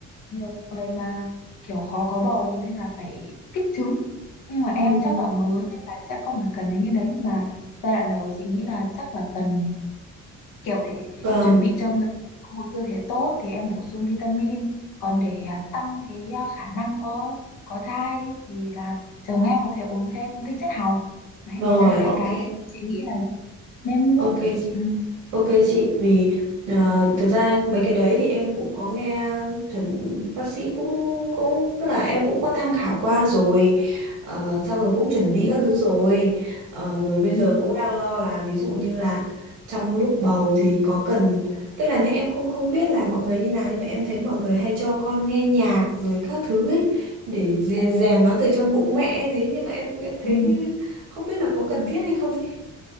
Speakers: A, on the left; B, on the right.
A: nhiều người mà kiểu khó có bầu nên là phải kích trứng nhưng mà em
B: ừ,
A: chắc là mới nên là sẽ không phải cần đến cái đấy Nhưng mà giai đoạn đầu chị nghĩ là chắc là cần kiểu để
B: vâng.
A: chuẩn bị cho người mẹ có một cơ thể tốt thì em bổ sung vitamin còn để à, tăng cái à, khả năng có có thai thì là chồng em có thể uống thêm tinh chất hào đấy
B: Rồi,
A: đấy là hai
B: ok.
A: cái mà chị nghĩ là nên mua
B: Ok chị.
A: ừ.
B: Ok chị, vì à, thực ra mấy cái đấy thì em cũng có nghe chuẩn bác sĩ cũng cũng tức là em cũng có tham khảo qua rồi, Ờ, xong rồi cũng chuẩn bị
A: Ừ.
B: các thứ rồi, Ờ, rồi bây
A: Ừ.
B: giờ cũng đang lo là ví dụ như là trong lúc bầu thì có cần tức là nhá em không không biết là mọi người như nào nhưng mà em thấy mọi người hay cho con nghe nhạc rồi các thứ ấy để dè-
A: Ừ.
B: rèn nó từ trong bụng mẹ gì ấy. nhưng mà em em thấy
A: ừ.
B: như- không biết là có cần thiết hay không ấy.